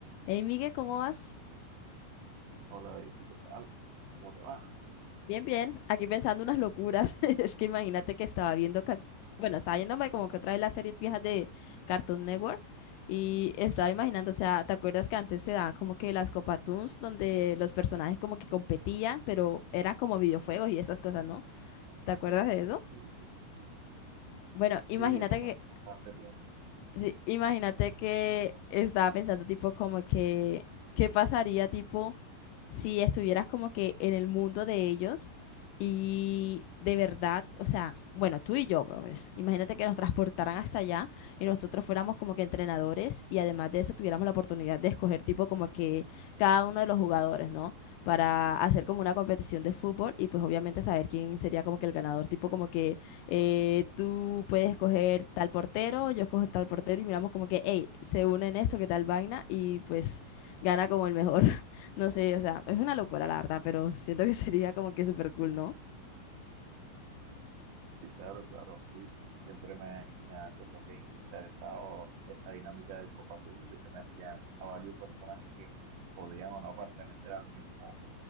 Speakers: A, on the left (about 85°); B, on the right (about 80°).
A: Hey, Miguel, ¿cómo vas?
B: Hola Daisy, ¿qué tal? ¿Cómo te va?
A: Bien, bien. Aquí pensando unas locuras. <laughs> Es que imagínate que estaba viendo, car- bueno, estaba viéndome como que otra de las series viejas de Cartoon Network y estaba imaginando, o sea, ¿te acuerdas que antes se daban como que las Copa Toons donde los personajes como que competían, pero eran como videojuegos y esas cosas, ¿no? ¿Te acuerdas de eso?
B: Mm, Sí, sí, sí,
A: Bueno, imagínate
B: sí, eso fue hace bastante tiempo.
A: Sí, imagínate que estaba pensando tipo como que, ¿qué pasaría tipo si estuvieras como que en el mundo de ellos y de verdad, o sea, bueno, tú y yo, pues, imagínate que nos transportaran hasta allá y nosotros fuéramos como que entrenadores y además de eso tuviéramos la oportunidad de escoger tipo como que cada uno de los jugadores, ¿no? Para hacer como una competición de fútbol y pues obviamente saber quién sería como que el ganador, tipo como que eh, tú puedes coger tal portero, yo cojo tal portero y miramos como que, hey, se unen esto, qué tal vaina, y pues gana como el mejor. <laughs> No sé, o sea, es una locura la verdad, pero siento que <laughs> sería como que súper cool, ¿no?
B: Sí, claro, claro, sí. Siempre me, me ha como que interesado esa dinámica del Copatún de que metían a varios personajes que podían o no pertenecer al mismo,